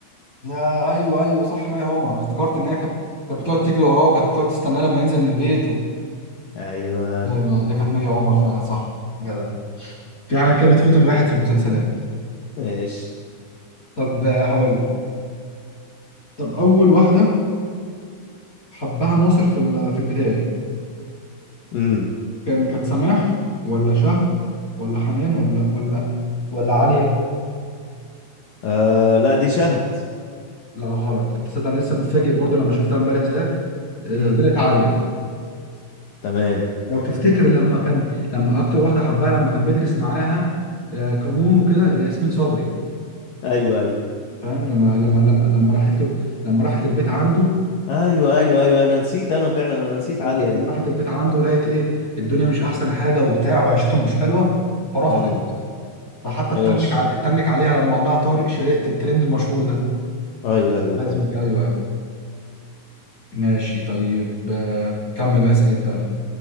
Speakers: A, on the left (about 30°); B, on the left (about 70°).
A: يا ايوه ايوه صح مي عمر افتكرت ان هي كانت كانت بتقعد تجري وراه وكانت بتقعد تستناه لما ينزل من البيت و...
B: ايوه
A: ايوه هي كانت مي عمر فعلا صح جدع في حاجة كده بتفوت الواحد في المسلسلات
B: ماشي
A: طب آه، هقول لك. طب اول واحدة حبها ناصر في ال- في البداية
B: امم
A: كان كانت سماح ولا شهد ولا حنان ولا ولا ولا عالية
B: آه لا دي شهد
A: لا غلط انت تصدق انا لسه متفاجئ برضو لما شفتها امبارح زيك آه،
B: امم
A: طلعت عاليه
B: تمام
A: لو تفتكر لما كان لما اكتر واحده حبها لما كان بيدرس معاها آه، قانون وكده اللي هي ياسمين صبري
B: ايوه ايوه
A: فاهم لما لما لما لما راحت له لما راحت البيت عنده
B: ايوه ايوه ايوه انا نسيت انا فعلا انا نسيت
A: بالظبط
B: عالية دي
A: لما راحت البيت عنده لقيت ايه الدنيا مش احسن حاجه وبتاع وعيشتهم مش حلوه فرفضت
B: امم
A: فحتى
B: ماشي
A: اتنك على اتنك عليها لما قال لها طارق شرقت الترند المشهور ده
B: ايوه ايوه
A: عايزمك
B: ايوه
A: ايوه ايوه ماشي طيب آه، كمل بقى اسال انت